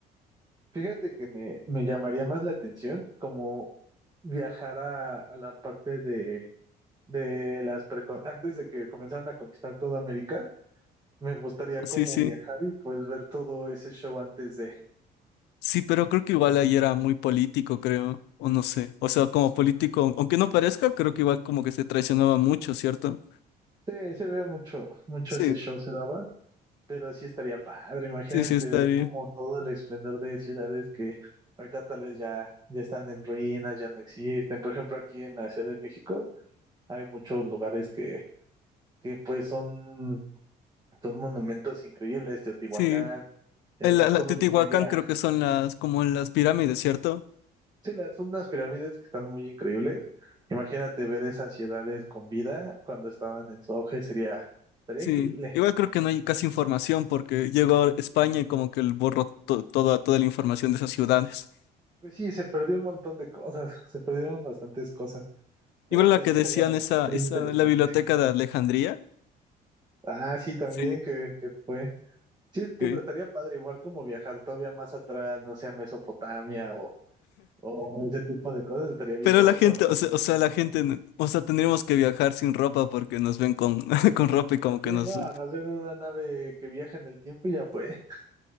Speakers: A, on the right; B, on the left.
A: Fíjate que me, me llamaría más la atención como viajar a, a la parte de, de las preco- antes de que comenzaran a conquistar toda América. Me gustaría
B: Sí,
A: como
B: sí.
A: viajar y pues ver todo ese show antes de...
B: Sí, pero creo que igual ahí era muy político, creo, o no sé. O sea, como político, aunque no parezca, creo que igual como que se traicionaba mucho, ¿cierto?
A: Sí, se ve mucho, mucho
B: Sí,
A: ese show se daba, pero sí estaría padre. Imagínate
B: sí, sí, estaría.
A: ver como todo el esplendor de ciudades que ahorita tal vez ya, ya están en ruinas, ya no existen. Por ejemplo, aquí en la Ciudad de México hay muchos lugares que, que pues son, son monumentos increíbles, Teotihuacán,
B: Sí,
A: eh,
B: En
A: tan
B: la, la
A: solo
B: Teotihuacán
A: lo que había.
B: creo que son las, como en las pirámides, ¿cierto?
A: Sí, la- son unas pirámides que están muy increíbles. Imagínate ver esas ciudades con vida cuando estaban en su auge, sería, estaría
B: Sí,
A: increíble.
B: igual creo que no hay casi información porque llegó a España y como que el borró to- toda, toda la información de esas ciudades.
A: Pues sí, se perdió un montón de cosas, se perdieron bastantes cosas, pero
B: Igual la
A: pues
B: que
A: sí estaría,
B: decían esa,
A: estaría
B: esa,
A: interesante.
B: la biblioteca de Alejandría.
A: Ah, sí, también
B: Sí.
A: que, que fue. Sí, te
B: ok.
A: digo, estaría padre, igual como viajar todavía más atrás, no sé, a Mesopotamia o, o ese tipo de cosas, estaría bien
B: Pero
A: loco.
B: la gente, o sea, o sea, la gente, n- o sea, tendríamos que viajar sin ropa porque nos ven con, <laughs> con ropa y como que
A: Sí,
B: nos,
A: no, nos ven en una nave que viaja en el tiempo y ya fue.